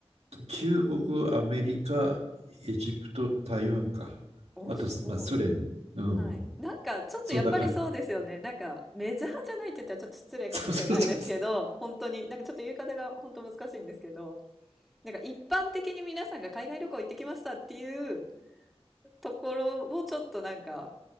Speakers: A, on the right (about 85°); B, in the centre.
A: 中国、アメリカ、エジプト、台湾か。
B: おお、
A: あと、
B: すごい。
A: まあ、ソ連、うん、
B: はい。なんか、ちょっとやっぱりそうですよね。
A: そんな感
B: なんか、メジャーじゃないって言ったらちょっと失礼かもしれないですけど、
A: じ。<laughs> そうそうそう。
B: 本当に、なんかちょっと言い方が本当難しいんですけど、なんか一般的に皆さんが海外旅行行ってきましたっていうところをちょっとなんか、